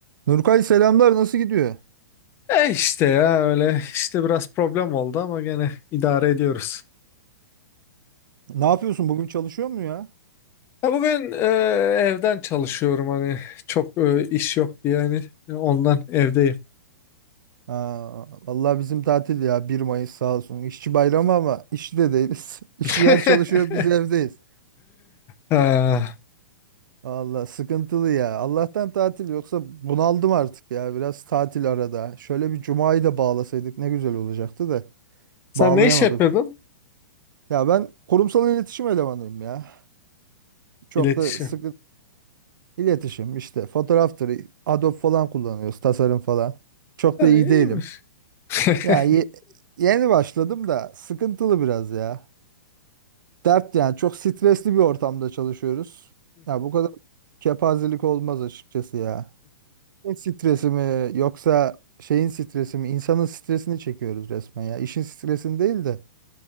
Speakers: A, on the right (about 80°); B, on the left (about 20°).
A: Nurkay selamlar nasıl gidiyor?
B: E işte ya öyle işte biraz problem oldu ama gene idare ediyoruz.
A: Ne yapıyorsun bugün çalışıyor mu ya?
B: Ya bugün e, evden çalışıyorum hani çok e, iş yok diye hani ondan evdeyim.
A: Ha, vallahi bizim tatil ya bir Mayıs sağ olsun. İşçi bayramı ama işçi de değiliz. <laughs> İşçiler
B: <laughs>
A: çalışıyor biz evdeyiz.
B: Ha,
A: Vallahi sıkıntılı ya. Allah'tan tatil yoksa bunaldım artık ya. Biraz tatil arada. Şöyle bir cumayı da bağlasaydık ne güzel olacaktı da
B: sen
A: bağlayamadık.
B: ne iş yapıyordun?
A: Ya ben kurumsal iletişim elemanıyım ya. Çok
B: İletişim.
A: da sıkı iletişim işte fotoğraftır, Adobe falan kullanıyoruz, tasarım falan. Çok
B: Ha,
A: da iyi
B: iyiymiş.
A: değilim.
B: <laughs>
A: Ya ye- yeni başladım da sıkıntılı biraz ya. Dert yani çok stresli bir ortamda çalışıyoruz. Ya bu kadar kepazelik olmaz açıkçası ya. İşin Stresi mi yoksa şeyin stresi mi? İnsanın stresini çekiyoruz resmen ya. İşin stresini değil de.